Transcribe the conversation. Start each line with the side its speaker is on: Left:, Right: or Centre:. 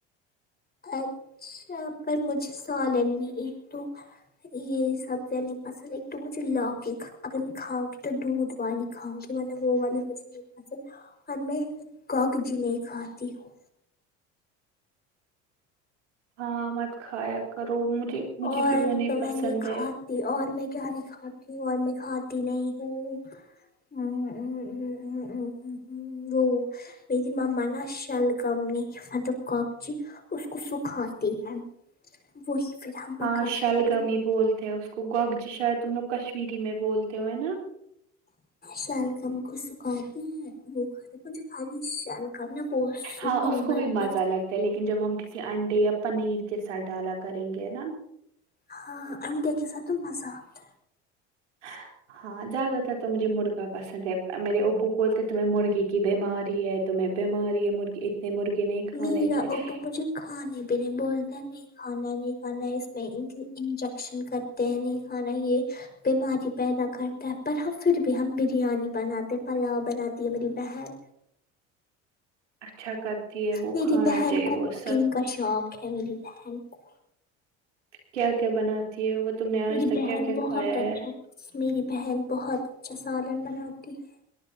Left: اچھا پر مجھے سالن نہیں ہے تو یہ سبزیاں نہیں پسند ایک تو مجھے لوکی اگر میں کھاؤں گی تو دودھ والی کھاؤں گی وہ والے مجھے نہیں پسند اور میں کاک جی نہیں کھاتی ہوں
Right: ہاں مت کھایا کرو مجھے مجھے
Left: اور
Right: بھی وہ نہیں
Left: تو میں
Right: پسند
Left: کھاتی
Right: ہے
Left: اور میں کیا نہیں کھاتی ہوں اور میں کھاتی نہیں ہوں امم امم امم امم امممم وہ میری ماما نا شلگم نہیں مطلب کاکچی اس کو سکھاتی ہے وہی پھر ہم پکاتے
Right: ہاں شلگمی
Left: ہیں
Right: بولتے ہیں اس کو گوگجی شاید تم لوگ کشمیری میں بولتے ہو نا
Left: شلگم کو سکھاتی ہیں وہ کھاتے مجھے کھای شلگم ن پو
Right: ہاں
Left: نارمل
Right: اس کو بھی
Left: پت
Right: مزہ
Left: <unintelligible>
Right: لگتا لیکن جب ہم کسی انڈے یا پنیر کے ساتھ ڈالا کریں گے نا
Left: ہاں انڈے کے ساتھ تو مزہ آتا
Right: ہ ہاں زیادہ تر تو مجھے مرغا پسند ہے میرے ابو بولتے تمہیں مرغی کی بیماری ہے تمہیں بیماری ہے مرغے اتنے مرغے نہیں کھانے
Left: میرا
Right: چاہیے
Left: ابو مجھے کھانے پینے بولتا ہے نہیں کھانا ہے نہیں کھانا اس میں انجیکشن کرتے ہیں نہیں کھانا یہ بیماری پیدا کرتا ہے پر ہم پھر بھی ہم بریانی بناتے ہیں پلاؤ بناتی ہے میری بہن
Right: اچھا کرتی ہے وہ
Left: میری
Right: کھانا
Left: بہن
Right: چاہیے
Left: کو
Right: وہ
Left: کوکنگ
Right: سب
Left: کا شوق ہے میری بہن کو
Right: کیا کیا بناتی ہے وہ تم نے
Left: میری
Right: آج تک
Left: بہن
Right: کیا کیا
Left: بہت
Right: کھایا
Left: اچھا
Right: ہے
Left: میری بہن بہت اچھا سالن بناتی ہے